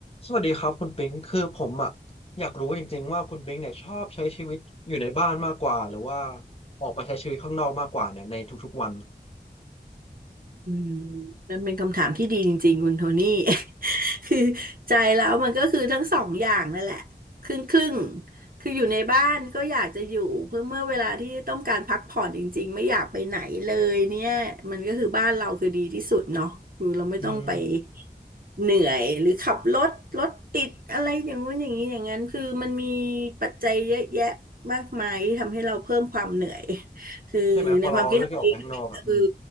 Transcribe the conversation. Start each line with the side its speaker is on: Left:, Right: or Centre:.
Left: สวัสดีครับคุณปิงคือผมอ่ะอยากรู้จริงๆว่าคุณปิงเนี่ยชอบใช้ชีวิตอยู่ในบ้านมากกว่าหรือว่าออกไปใช้ชีวิตข้างนอกมากกว่าเนี่ยในทุกๆวัน
Right: อืมมันเป็นคำถามที่ดีจริงๆคุณโทนี่ <laughs> คือใจแล้วมันก็คือทั้งสองอย่างนั่นแหละครึ่งครึ่งคืออยู่ในบ้านก็อยากจะอยู่เพื่อเมื่อเวลาที่ต้องการพักผ่อนจริงๆไม่อยากไปไหนเลยเนี่ยมันก็คือบ้านเราคือดีที่สุดเนาะคือเราไม่ต้องไป
Left: อืม
Right: เหนื่อยหรือขับรถรถติดอะไรอย่างงู้นอย่างนี้อย่างนั้นคือมันมีปัจจัยเยอะแยะมากมายที่ทำให้เราเพิ่มความเหนื่อยคือในความคิดของเองเออ
Left: ใช่ไหมพอเราเลือกที่ออกไปข้างนอกอ่ะอืม